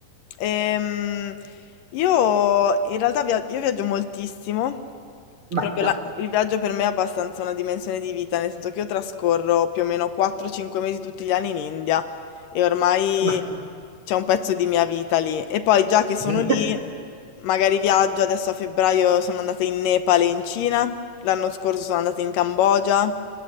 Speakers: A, on the left; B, on the right.
A: Ehm, io in realtà via- io viaggio moltissimo,
B: Bello,
A: proprio la- il viaggio per me è abbastanza una dimensione di vita, nel senso che io trascorro più o meno 4-5 mesi tutti gli anni in India e ormai
B: bello.
A: c'è un pezzo di mia vita lì. E poi già che sono
B: Eh,
A: lì, magari viaggio, adesso a febbraio sono andata in Nepal e in Cina, l'anno scorso sono andata in Cambogia,